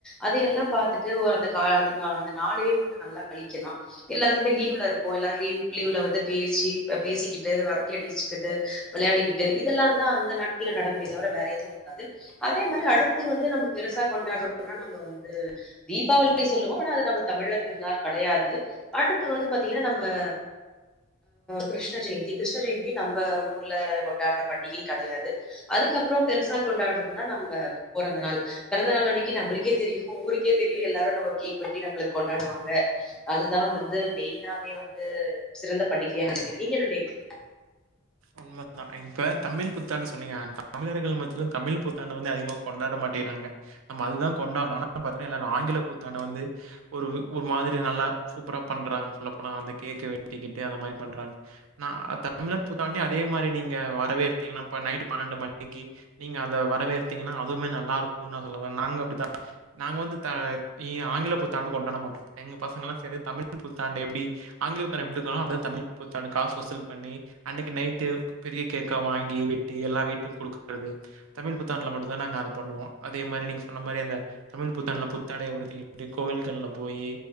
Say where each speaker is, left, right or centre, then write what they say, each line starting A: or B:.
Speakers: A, in the centre; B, on the right (about 70°).
A: அதையெல்லா பாத்துட்டு ஒரு அந்த கா அந்த கா அந்த நாளயே வந்து நல்லா கழிக்கலா எல்லாருக்குமே லீவ்ல இரு ஓ எல்லாரு லீ்வ் லீவ்ல வந்து பேசி பேசிக்கிட்டு வரட்ட அடிச்சுக்கிட்டு வெளையாடிக்கிட்டு இதெல்லா தா அந்த நாட்கள்ல நடக்குமே தவிர வேற எதுவு இருக்காது அதே மாரி அடுத்து வந்து நம்ம பெருசா கொண்டாடுறோனா நம்ப வந்து தீபாவளி சொல்லுவோ ஆனா அது நம்ம தமிழர் திருனார் கெடையாது அடுத்து வந்து ப நமஹ கிருஷ்ண ஜெயந்தி கிருஷ்ண ஜெயந்தியும் நம்ம ஊர்ல கொண்டாடுற பண்டிகை கிடையாது அதுக்கப்புறம் பெருசா கொண்டாடுறதுனா நம்ம பிறந்த நாள் பிறந்த நாள் அன்னைக்கு நம்மளுக்கே தெரியும் ஊருக்கே தெரியும் எாரும் ந கேக் வெட்டி ந கொண்டாடுவாங்க அதுதான் வந்து மெயின் வே வந்து சிறந்த பண்டிகையா நினைக்கிற நீங்க என்ன நினைக்கிங்க
B: உண்மை தா இப்ப தமிழ் புத்தாண்டு சொன்னீங்க தமிழர்கள் மத்தியிலும் தமிழ் புத்தாண்டு வந்து அதிகமா கொண்டாட மாட்டிங்குறாங்க நம்ம அதுதா கொண்டாடணு ஆனா பாத்தினா ஆங்கில புத்தாண்டை வந்து ஒரு ஒரு மாதிரி நல்லா சூப்பரா பண்றாங்க சொல்ல போனாங்க அந்த கேக்க வெட்டிக்கிட்டு அந்த மாரி பண்றாங்க ஆனா தமிழர் புத்தாண்டயுமே அதே மாரி நீங்க வரவேத்தீங்கன்னா இப்ப நைட்டு பன்னெண்டு மணிக்கு நீங்க அத வரவேர்த்தீங்கன்னா அதுவுமே நல்லா இருக்கு நாங்க அப்டித்தா நாங்க வந்து ஆங்கில புத்தாண்டு கொண்டாட மாட்டோ எங்க பசங்க எல்லாம் செரி தமிழ் புத்தாண்டு எப்டி ஆங்கில புத்தாண்ட எப்டிாலும் அப்டிதா தமிழ் புத்தாண்டு காசு வசுல் பண்ணி அன்னைக்கு நைட்டு பெரிய கேக்கா வாங்கி வெட்டி எல்லா வீட்டுக் கொடுக்குறது தமிழ் புத்தாண்ட்ல மட்டுதா நாங்க அத பண்ணுவோ அதே மாரி நீங்க சொன்ன மாரி அந்த தமிழ் புத்தாண்டுல புத்தாடைய உடுத்திக்கிட்டு கோவில்கள்ல போயி